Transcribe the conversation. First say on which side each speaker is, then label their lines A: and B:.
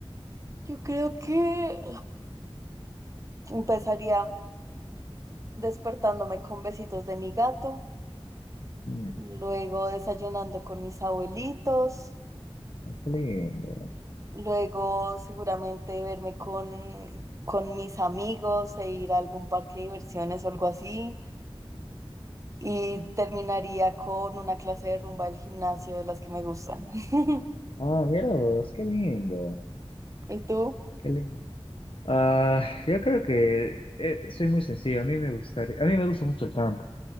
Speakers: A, on the right (about 30°); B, on the left (about 60°).
A: yo creo que empezaría despertándome con besitos de mi gato,
B: Mm,
A: luego desayunando con mis abuelitos.
B: qué lindo.
A: Luego seguramente verme con, con mis amigos e ir a algún parque de diversiones o algo así. Y terminaría con una clase de rumba del gimnasio de las que me gustan. <laughs>
B: Ah, mira vos, qué lindo.
A: ¿Y tú?
B: Qué lindo. Ah, yo creo que eh, soy muy sencillo. A mí me gustaría, a mí me gusta mucho el campo.